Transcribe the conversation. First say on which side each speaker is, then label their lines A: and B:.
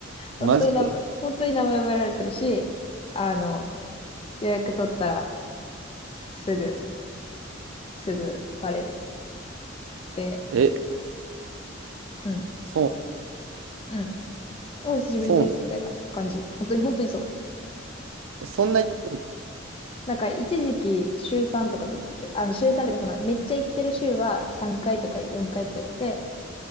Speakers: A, on the left; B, on the right.
A: 本当に名前、
B: マジで。
A: 本当に名前覚えられてるし、あの、予約取ったら、すぐ、すぐバレる。で、
B: え、
A: うん、
B: そう、
A: うん。お、久しぶりです、
B: そう、
A: みたいな感じ。本当に、本当にそう。
B: えそんな言ってんの
A: なんか、一時期、週3とかで言ってて、あの、週3とか、その、めっちゃ行ってる週は3回とか4回とか行ってて、